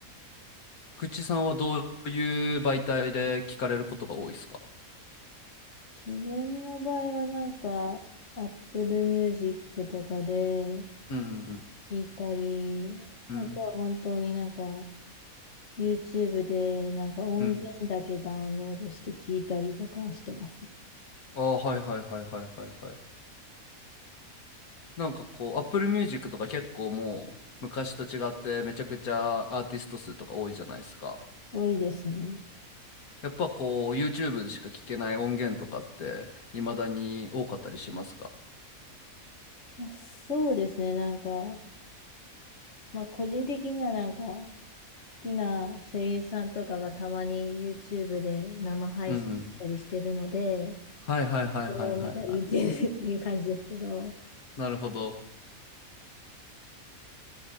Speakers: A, on the left; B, on the left.
A: 口さんはどういう媒体で聞かれることが多いですか
B: 自分の場合はなんか、Apple Music とかで
A: うんうん
B: 聞いたり、
A: うん。
B: あとは本当になんか、
A: うん
B: YouTube でなんか音源だけダウンロードして聞いたりとかしてます。
A: うん。ああ、はいはいはいはいはいはい。なんかこう、Apple Music とか結構もう昔と違ってめちゃくちゃアーティスト数とか多いじゃないですか。
B: 多いですね。
A: やっぱこう、YouTube でしか聞けない音源とかって未だに多かったりしますか
B: まあ、そうですね。なんか、まあ個人的にはなんか、好きな声優さんとかがたまに YouTube で生配信したりしてるので、
A: うんうん。はいはいはいはいはいはい。
B: それを見たりっていう <laughs> いう感じですけど、
A: なるほど。